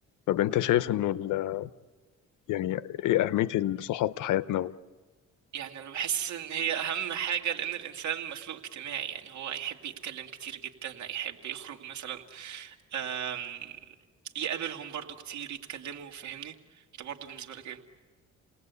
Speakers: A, on the left; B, on the right.
A: طب انت شايف انه ال... يعني ايه اهمية الصحاب في حياتنا و...
B: يعني انا بحس ان هي اهم حاجة لان الانسان مخلوق اجتماعي يعني هو هيحب يتكلم كتير جدا هيحب يخرج مثلا آم، يقابلهم برضو كتير يتكلموا فاهمني انت برضو بالنسبة لك ايه